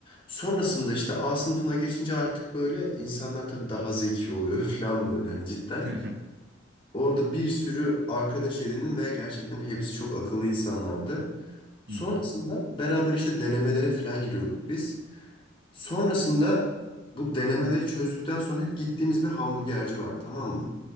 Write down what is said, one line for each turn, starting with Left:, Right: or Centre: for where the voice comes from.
Left: Sonrasında işte A sınıfına geçince artık böyle insanlar tabii daha zeki oluyor <laughs> filan böyle hani cidden.
Right: <laughs> Hı
Left: Orada bir sürü arkadaş edindim ve gerçekten hepsi çok akıllı insanlardı. Sonrasında
Right: hı.
Left: beraber işte denemelere falan giriyorduk biz. Sonrasında bu denemeleri çözdükten sonra hep gittiğimiz bir hamburgerci var tamam mı?